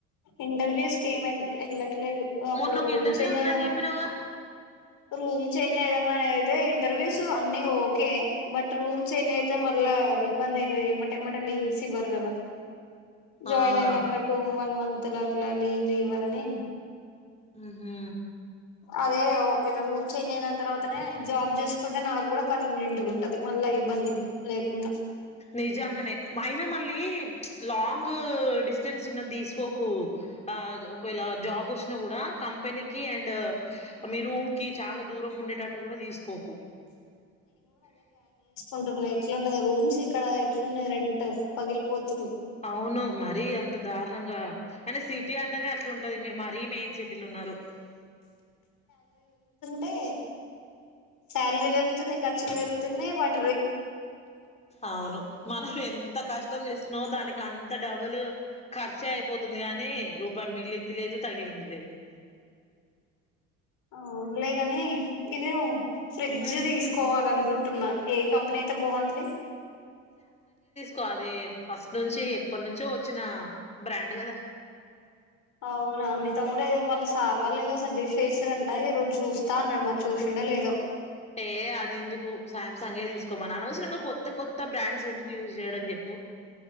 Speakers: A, on the left; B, on the left.
A: ఇంటర్వ్యూస్కి ఏం ఎళ్ళట్లేదు అప్పుడు
B: మొన్న ఒక
A: రూమ్
B: ఇంటర్వ్యూ
A: చేంజ్
B: ఉందని
A: ఐదాం
B: చెప్పినవుగా
A: రూమ్ చె ఇగ మరి అయితే ఇంటర్వ్యూస్ అన్ని ఓకే బట్ రూమ్స్ చేంజ్ ఐతే మళ్ళా ఇబ్బంది అయి ఏ ఎమట్టె ఎమటలీవ్స్ ఇవ్వరు కదా జాయిన్
B: ఆ
A: అయినాక టూ వన్ మంత్ ల అట్లా లీవ్ లు ఇవరని
B: ఉహు
A: అదే ఓకేవేళ రూమ్ చేంజ్ అయిన తర్వాతనే జాబ్ చేసుకుంటే నాకు కూడా కన్వినెంట్ గా ఉంటది మళ్ళా ఇబ్బంది లేకుండా
B: నిజంగానే మైన మళ్ళీ చ్ లాంగ్ డిస్టెన్స్ ఉన్నది తీసుకోకు. ఆ ఒకవేళ జాబ్ వొచ్చిన కూడా కంపెనీకి అండ్ మీ రూమ్ కి చాలా దూ దూరం ఉండేటట్టు కూడా తీసుకోకు
A: ఉంటున్నాయి ఎట్లాంటది రూమ్స్ ఇక్కడ ఎట్లున్నాయి రెంట్ పగిలిపోతు
B: అవును మరి అంత దారుణంగా అయినా సీట్ సిటీ అంటేనే అట్లా ఉంటది మీరు మరీ మెయిన్ సిటీలు ఉన్నారు.
A: టే శాలరీ పెరుగుతుంది ఖర్చులు పెరుగుతున్నాయి వాట్
B: అవును మనం ఎంత కష్టం చేస్తున్నో దానికి అంత్ అంత డబులు ఖర్చే అయిపోతుంది గానీ రూపాయి మిగిలింది లేదు తగిలింది లేదు. <inaudible>
A: అవులేగాని ఇదివో ఫ్రిడ్జ్
B: హ్మ్
A: తీసుకోవాలనుకుంటున్నా ఎక్ కంపెనీ అయితే బాగుంటది
B: కో అది ఫస్ట్ నుంచి ఎప్పటి నుంచో వచ్చిన బ్రాండ్ గదా.
A: అవునా మీ తమ్ముడో ఏమో వాళ్ళ సార్ వాళ్ళ ఏదో సర్జరీ చేసరంటా, ఈ రోజు చూస్తా అన్నాడు మరి చూసిండే లేదో.
B: ఏ అది ఎందుకు సమ్ సంగే తీసుకోమను అనవసరంగా కొత్త కొత్త బ్రాండ్స్ ఎందుకు యూజ్ చేయడం చెప్పు. <inaudible>